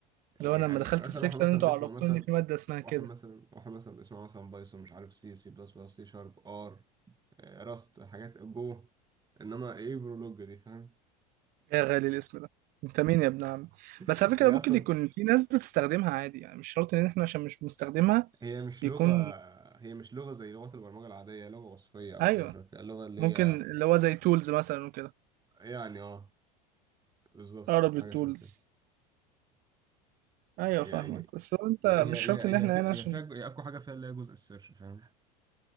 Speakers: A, on the right; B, on the right.
A: يعني
B: لو انا
A: يعني
B: لما دخلت
A: مثلا
B: السكشن
A: واحد مثلا
B: انتوا
A: بيسمع
B: عرفتوني
A: مثلا
B: ان في ماده اسمها
A: واحد
B: كده
A: مثلا واحد مثلا بيسمع مثلا بايثون مش عارف سي سي بلس بلس سي شارب ار آه، راست حاجات جو انما ايه برولوج دي فاهم
B: يا غالي الاسم ده انت مين يا ابن عم بس
A: <laughs>
B: على فكره
A: هي
B: ممكن
A: اصلا
B: يكون في ناس بتستخدمها عادي يعني مش شرط ان احنا عشان مش بنستخدمها
A: هي مش
B: يكون
A: لغه هي مش لغه زي لغه البرمجه العاديه هي لغه وصفيه او
B: ايوه
A: حاجه شبه كده اللغه اللي
B: ممكن
A: هي
B: اللي هو زي تولز مثلا وكده
A: يعني اه بالظبط
B: اقرب للتولز
A: حاجه شبه كده
B: ايوه
A: هي
B: فاهمك
A: هي
B: بس هو انت
A: هي
B: مش
A: هي
B: شرط ان احنا
A: هي في-
B: هنا عشان
A: هي فيها جو- هي اقوى حاجه فيها اللي هي جزء السيرش فاهم